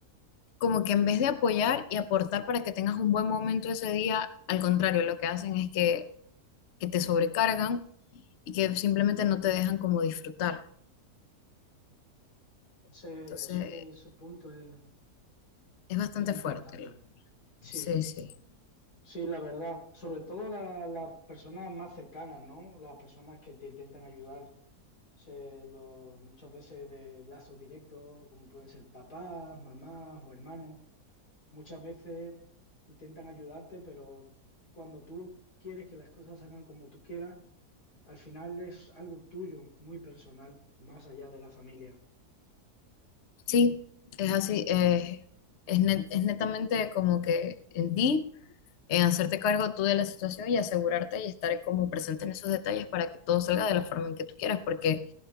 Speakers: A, on the left; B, on the left.
A: como que en vez de apoyar y aportar para que tengas un buen momento ese día, al contrario, lo que hacen es que, que te sobrecargan y que simplemente no te dejan como disfrutar.
B: Ese,
A: Entonces,
B: ese, ese punto es
A: es bastante
B: es importante.
A: fuerte. lo-
B: Sí.
A: Sí, sí.
B: Sí, la verdad, sobre todo la- las personas más cercanas, ¿no? Las personas que te intentan ayudar, se- lo- muchas veces de lazos directos, como pueden ser papás, mamás o hermanos, muchas veces intentan ayudarte, pero cuando tú quieres que las cosas salgan como tú quieras, al final es algo tuyo, muy personal, más allá de la familia.
A: Sí, es así. eh, es, net- es netamente como que en ti, en hacerte cargo tú de la situación y asegurarte y estar como presente en esos detalles para que todo salga de la forma en que tú quieras, porque